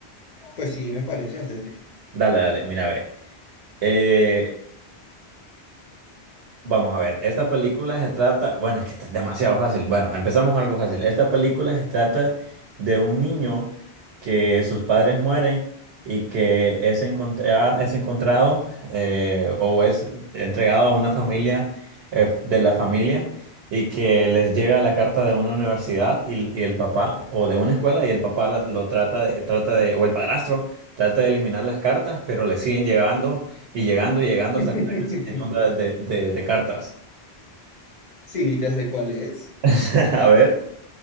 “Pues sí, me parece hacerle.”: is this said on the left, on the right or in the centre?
Left